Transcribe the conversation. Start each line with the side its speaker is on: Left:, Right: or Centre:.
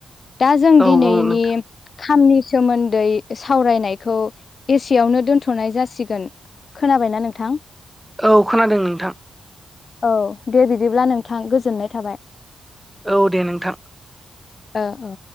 Left: दा जों
Centre: औ
Left: दिनैनि
Centre: औ नोंथां
Left: खामनि सोमोन्दै सावरायनाय खौ एसेयावनो दोन्थ'नाय जासिगोन खोनाबायनाा नोंथां
Centre: औ खोनादों नोंथां
Left: औ दे बिदिब्ला नोंथां गोजोननाय थाबाय
Centre: औ दे नोंथां
Left: ओ